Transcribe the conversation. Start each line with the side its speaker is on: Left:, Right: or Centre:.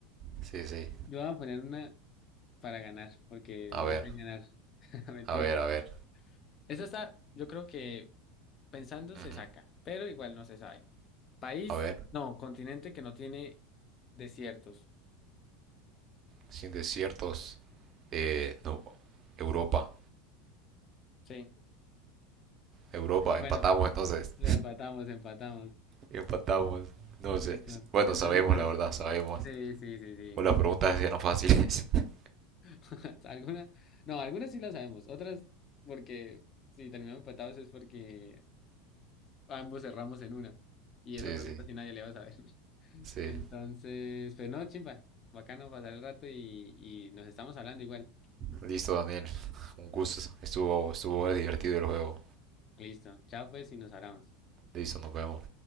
Right: Sí, sí.
Left: Yo voy a poner una para ganar, porque
Right: A
Left: no
Right: ver,
Left: sé ganar. <laughs> Mentira.
Right: a ver, a ver.
Left: Esa está, yo creo que pensando
Right: Ujú.
Left: se saca, pero igual no se sabe. País,
Right: A ver,
Left: no, continente que no tiene desiertos.
Right: sin desiertos. Eh, no, Europa.
Left: Sí.
Right: Europa,
Left: Bueno,
Right: empatamos entonces.
Left: la empatamos, empatamos.
Right: Empatamos. No
Left: Listo.
Right: sé. Bueno,
Left: Entonces,
Right: sabemos,
Left: pues,
Right: la verdad, sabemos.
Left: sí, sí, sí, sí.
Right: O las preguntas eran fáciles. <laughs>
Left: <laughs> Algunas, no, algunas sí las sabemos, otras porque si terminamos empatados es porque ambos cerramos en una. Y
Right: Sí,
Left: esa pregunta
Right: sí,
Left: sí nadie le va a saber. <laughs>
Right: sí.
Left: Entonces, pero no, chimpa, bacano pasar el rato y, y nos estamos hablando igual.
Right: Listo, Daniel. Un gusto. Estuvo, estuvo divertido el juego.
Left: Listo, chao pues y nos hablamos.
Right: Listo, nos vemos.